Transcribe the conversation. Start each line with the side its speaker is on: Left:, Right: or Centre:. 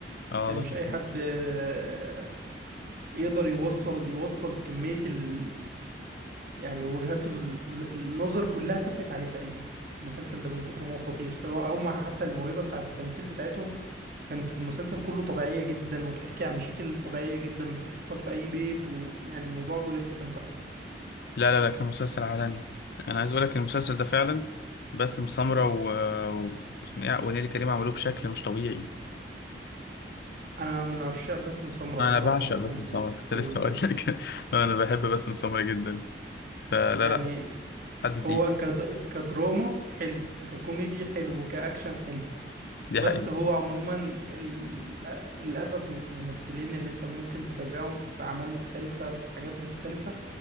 Left: اه
Right: يعني
Left: ده خطير
Right: مش أي حد آه، يقدر يوصل يوصل كمية ال... يعني وجهات ال... ال- النظر كلها اتفقت عليه تقريبا المسلسل ده من كتر ما هو خطير سواء أو مع حتى الموهبة بتاعة التمثيل بتاعتهم كانت في المسلسل كله طبيعية جدا وبتحكي عن مشاكل طبيعية جدا بتحصل في أي بيت ويعني الموضوع بجد كان تحفة
Left: لا لا لا كان مسلسل عالمي انا عايز اقولك المسلسل ده فعلا باسم سمرة و... آه، و... واسمه إيه؟ ونيلي كريم عملوه بشكل مش طبيعي
Right: أنا من عشاق باسم سمرة
Left: انا
Right: بصراحة
Left: بعشق
Right: باسم
Left: باسم
Right: سمرة
Left: سمرة كنت لسه
Right: هو ممتاز
Left: اقول لك <laughs> انا بحب باسم سمرة جدا فلا
Right: يعني
Left: لا حد تقيل
Right: هو كد... كدراما حلو ككوميدي حلو كأكشن حلو
Left: دي
Right: بس
Left: حقيقة
Right: هو عموما ال- للأسف الممثلين اللي انت ممكن تتابعهم في أعمال مختلفة في حاجات مختلفة